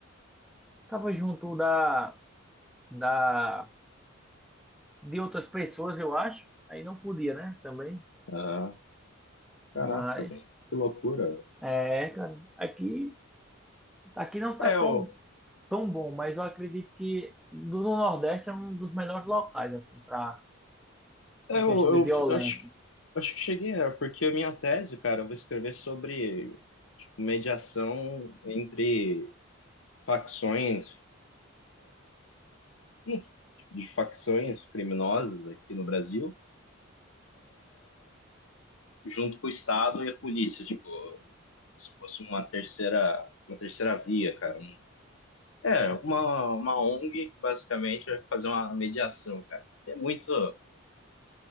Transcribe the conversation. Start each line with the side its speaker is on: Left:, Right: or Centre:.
Centre: estavam junto da, da, de outras pessoas, eu acho. Aí não podia, né? Também.
Left: ah, caraca,
Centre: Mas
Left: mano. Que loucura.
Centre: é, cara, aqui, aqui não tá
Left: É, eu,
Centre: tão tão bom, mas eu acredito que do no Nordeste é um dos melhores locais, assim, pra,
Left: é,
Centre: em questão
Left: eu,
Centre: de
Left: eu
Centre: violência.
Left: f- acho, acho que cheguei, é, porque a minha tese, cara, eu vou escrever sobre, tipo, mediação entre facções, hum, de facções criminosas aqui no Brasil, junto com o Estado e a polícia, tipo, se fosse uma terceira, uma terceira via, cara, É, uma, uma ONG que basicamente vai fazer uma mediação, cara. Que É muito.